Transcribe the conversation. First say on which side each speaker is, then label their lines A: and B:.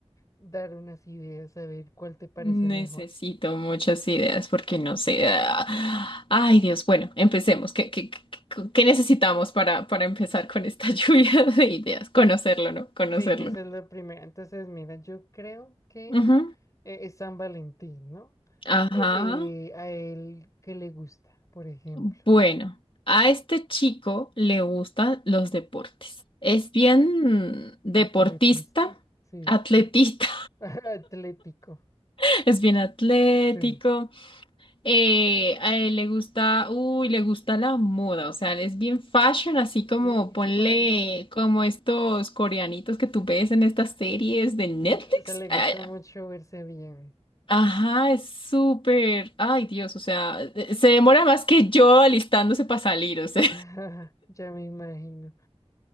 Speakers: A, on the left; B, on the left.
A: dar unas ideas, a ver cuál te parece
B: Necesito
A: mejor.
B: muchas ideas porque no sé. ah, Ay, Dios. Bueno, empecemos. ¿Qué, qué, qué- qué necesitamos para, para empezar con esta <laughs> lluvia de ideas? Conocerlo, ¿no? Conocerlo.
A: Sí, esa es la primera. Entonces, mira, yo creo que
B: Ujú,
A: eh, es San Valentín, ¿no?
B: Ajá.
A: Eh, eh, a él que le gusta, por ejemplo,
B: Bueno, a este chico le gustan los deportes. Es bien deportista,
A: atletista, sí,
B: atletista,
A: at- <laughs> atlético,
B: <laughs> es bien atlético.
A: sí.
B: eh, a él le gusta, uy, le gusta la moda, o sea, él es bien fashion, así
A: Hijo
B: como ponle
A: de madre,
B: como estos coreanitos que tú ves en estas series de Netflix.
A: sí, o sea, le
B: Ah,
A: gusta mucho verse bien.
B: Ajá, es súper. Ay, Dios, o sea, se demora más que yo alistándose para salir, o sea.
A: <laughs> Ya me imagino.